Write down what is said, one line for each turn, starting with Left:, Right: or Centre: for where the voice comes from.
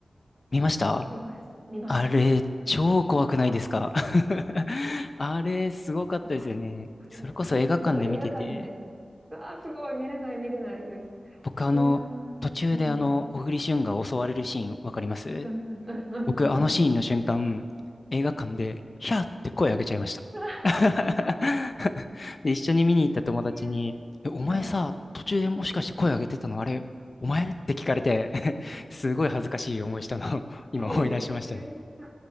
Left: 見ました
Right: 見まし見ました。
Left: あれ、超怖くないですか
Right: 怖かった。
Left: <laughs> あれ、すごかったですよね。
Right: ああ、あれあれはちょっと映画館で、
Left: それこそ映画館で見てて、
Right: うわー、すごい、見れない見れないです。
Left: 僕あの、
Right: いやー、
Left: 途中であの、
Right: うん、うん、
Left: 小栗旬が襲われるシーン、わかります
Right: うん、うんうんうんうん。
Left: 僕、あのシーンの瞬間、映画館で、ヒャーって声上げちゃいました。
Right: <laughs>
Left: <laughs> で、一緒に見に行った友達に、
Right: いやー、
Left: え、お前さ、
Right: <laughs> はい。
Left: 途中でもしかして声上げてたのあれ、お前って聞かれて <laughs> すごい恥ずかしい思いしたのを今思い出しましたね。
Right: ええ。